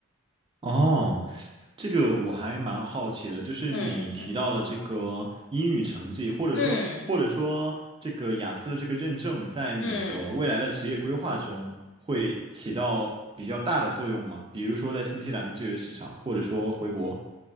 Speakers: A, on the right (about 25°); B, on the left (about 65°).
A: 哦。这个我还蛮好奇的，就是你提到的这个英语成绩，
B: 嗯嗯。
A: 或者说或者说这个雅思的这个认证，
B: 嗯
A: 在你的未来的职业规划中会起到比较大的作用吗？
B: 嗯。
A: 比如说在新西兰的就业市场，或者说回国。